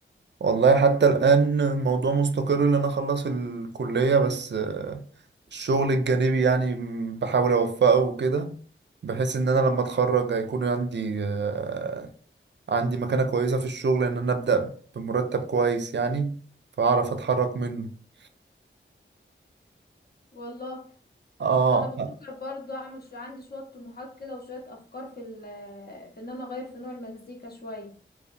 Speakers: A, on the right; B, on the left.
A: والله حتى الان الموضوع مستقر ان انا اخلص الكليه بس آه، الشغل الجانبي يعني م- بحاول اوفقه وكده بحيث ان انا لما اتخرج هيكون عندي آه، عندي مكانه كويسه في الشغل ان انا ابدا بمرتب كويس يعني فاعرف اتحرك منه
B: والله
A: اه
B: انا بفكر برضو اعمل شو عندي شوية طموحات كده وشوية افكار في ال في ان انا اغير في نوع المزيكا شوية